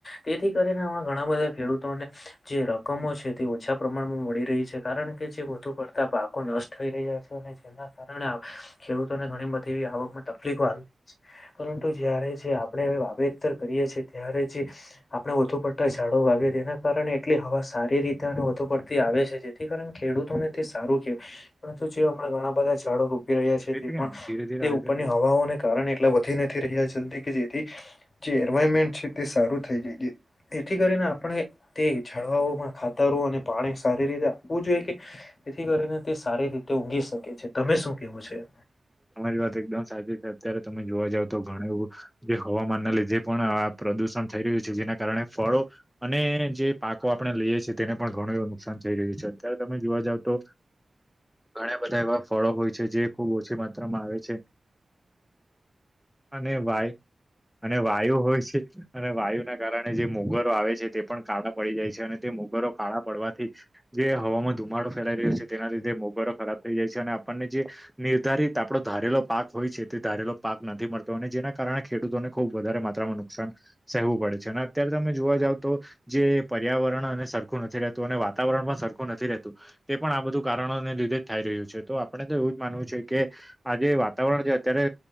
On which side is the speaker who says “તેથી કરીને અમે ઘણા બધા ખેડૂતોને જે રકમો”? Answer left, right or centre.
Left